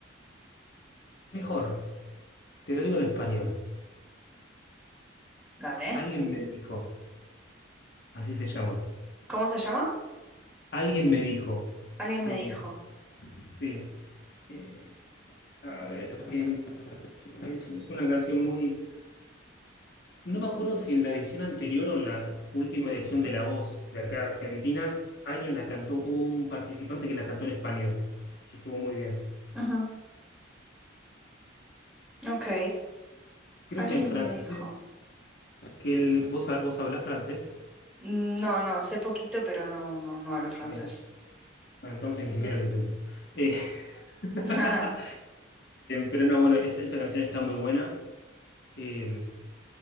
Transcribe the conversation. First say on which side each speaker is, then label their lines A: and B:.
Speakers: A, on the left; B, in the centre.
A: mejor, te lo digo en español.
B: dale.
A: Alguien me dijo, así se llama,
B: ¿Cómo se llama?
A: alguien me dijo,
B: Alguien me
A: eh,
B: dijo.
A: sí, eh, a ver, em, es, es una canción muy... No me acuerdo si en la edición anterior o en la última edición de La Voz de acá de Argentina, alguien la cantó, hubo un participante que la cantó en español, que estuvo muy bien.
B: Ujú, Ok,
A: Creo
B: alguien
A: que en francés,
B: me dijo.
A: que el- ¿vos, ha- vos hablás francés?
B: No, no, sé poquito, pero no, no, no hablo francés.
A: Ok. Bueno, entonces ni siquiera lo intento. Eh, <laughs> eh,
B: <laughs>
A: pero no, bueno, es- esa canción está muy buena. Eh,